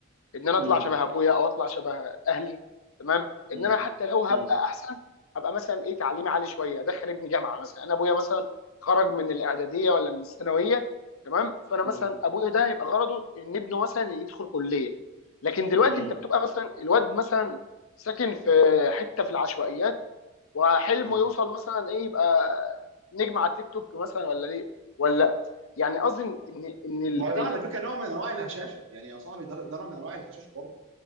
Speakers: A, on the left; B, on the right.
A: ان انا
B: م-
A: اطلع شبه ابويا او اطلع شبه اهلي تمام
B: م-
A: ان انا حتى لو هبقى
B: م-
A: احسن هبقى مثلا ايه تعليمي عالي شويه ادخل ابني جامعه مثلا انا ابويا مثلا خرج من الاعداديه ولا من الثانويه تمام فانا مثلا
B: م-
A: ابويا ده هيبقى غرضه ان ابنه مثلا يدخل كليه لكن دلوقتي
B: م-
A: انت بتبقى مثلا الواد مثلا ساكن في حته في العشوائيات وحلمه
B: م.
A: يوصل مثلا ايه يبقى نجم على التيك توك مثلا ولا ليه ولا يعني قصدي ان ان إن ال
B: ما هو ده
A: ال
B: على فكره
A: ال
B: نوع من انواع الهشاشه يعني يا صاحبي ده ده نوع من انواع الهشاشه برضه